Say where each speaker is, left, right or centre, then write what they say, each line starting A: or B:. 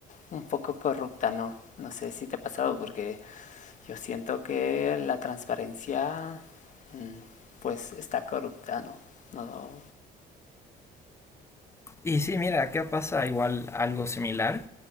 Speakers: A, on the left; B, on the left.
A: un poco corrupta, ¿no? No sé si te ha pasado, porque yo siento que la transparencia mm, pues está corrupta, ¿no? no, no.
B: Y sí, mira, acá pasa igual algo similar,